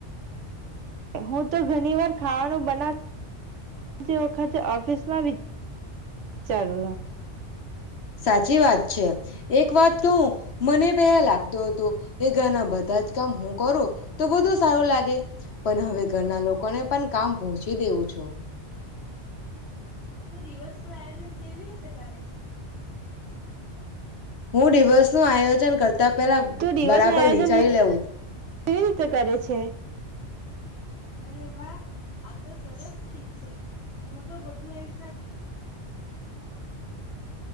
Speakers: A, on the right; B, on the left.
A: હું તો ઘણી વાર ખાવાનું બનાવતા જે વખતે ઓફિસમાં વિચાર
B: સાચી વાત છે. એક વાત કહું મને પહેલા લાગતું હતું કે ઘરના બધા જ કામ હું કોરું તો બધુ સારું લાગે પણ હવે ઘરના લોકો કો ને પણ કામ પહોંચી દેવું છો તો દિવસનું આયોજન કેવી રીતે કરે છે? હું દિવસનું આયોજન કરતા પેલા
A: તું દિવસ
B: બરાબર
A: નું આયોજન
B: વિચારી લેઉ છું.
A: કેવી રીતે કરે છે
B: અરે વા! આ તો સરસ રીત છે હું તો બધું <inaudible>